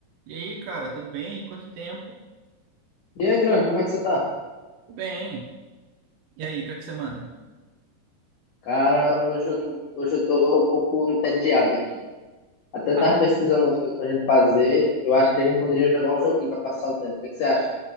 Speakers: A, on the right; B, on the left.
A: E aí, cara, tudo bem? Quanto tempo?
B: E aí, grande, como é que você tá?
A: Tudo bem. E aí, o que é que você manda?
B: Cara, hoje eu, não- hoje eu tô um pouco entediado aqui. Até tava
A: Até-
B: pesquisando umas coisas pra gente fazer. Eu acho que a gente poderia jogar um joguinho pra passar o tempo. O que é que você acha?